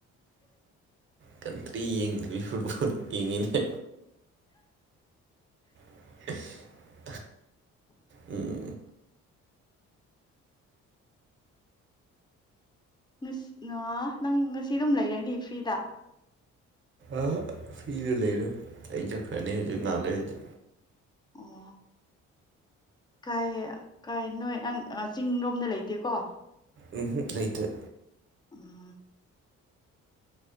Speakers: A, on the right; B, on the left.
A: ꯀꯟꯇ꯭ꯔꯤ ꯌꯦꯡꯗꯕꯤ ꯐꯨꯠꯕꯣꯜ ꯌꯦꯡꯉꯤꯅꯦ <unintelligible> ꯎꯝ
B: <unintelligible> ꯅꯪ ꯉꯁꯤ ꯑꯗꯨꯝ ꯂꯩꯔꯅꯤ ꯐ꯭ꯔꯤꯗ
A: ꯑ ꯐ꯭ꯔꯤꯗ ꯂꯩꯔꯣꯏ ꯑꯩ ꯆꯠꯈ꯭ꯔꯅꯤ ꯍꯧꯖꯤꯛ ꯉꯥꯡ ꯂꯩꯔꯗꯤ
B: ꯑꯣ ꯀꯥꯏ ꯀꯥꯏ ꯅꯣꯏ ꯅꯪ ꯆꯤꯡꯔꯣꯝꯗ ꯂꯩꯇꯦꯀꯣ
A: ꯎꯝꯍꯨꯝ ꯂꯩꯇꯦ
B: <inaudible>